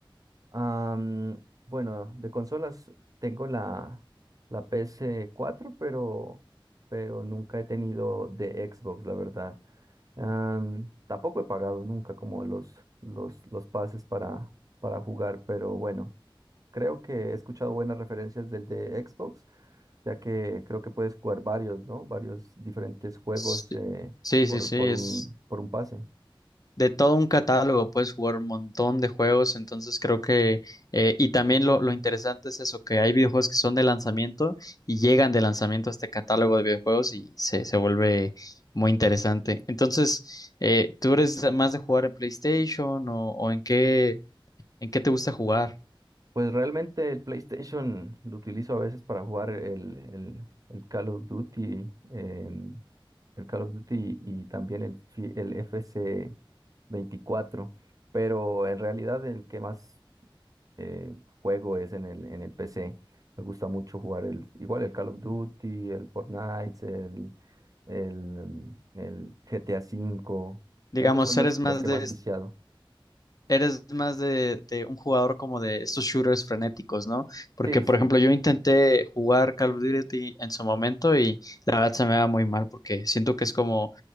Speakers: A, on the right; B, on the left.
A: Am, bueno, de consolas tengo la, la ps cuatro, pero, pero nunca he tenido de Xbox, la verdad. Am, tampoco he pagado nunca como los, los, los pases para, para jugar, pero bueno, creo que he escuchado buenas referencias del de Xbox. ya que creo que puedes jugar varios, ¿no? Varios diferentes juegos
B: Sí,
A: eh,
B: sí,
A: por,
B: sí, sí,
A: por
B: es
A: un, por un pase.
B: de todo un catálogo, puedes jugar un montón de juegos, entonces creo que, eh, y también lo, lo interesante es eso, que hay videojuegos que son de lanzamiento y llegan de lanzamiento a este catálogo de videojuegos y se, se vuelve muy interesante. Entonces, eh, ¿tú eres más de jugar en PlayStation o, o en qué, en qué te gusta jugar?
A: Pues realmente el PlayStation lo utilizo a veces para jugar el, el, el Call of Duty, em, el Call of Duty y también el, fi- el FC 24, pero en realidad el que más eh, juego es en el, en el PC. Me gusta mucho jugar el, igual el Call of Duty, el Fortnite, el, el, mm, el GTA V.
B: Digamos,
A: Esos son
B: ¿eres
A: los, los
B: más
A: que
B: de,
A: más viciado.
B: eres más de, de un jugador como de estos shooters frenéticos, ¿no? Porque,
A: Sí,
B: por
A: sí,
B: ejemplo, yo intenté jugar Call of Duty en su momento y la verdad se me va muy mal porque siento que es como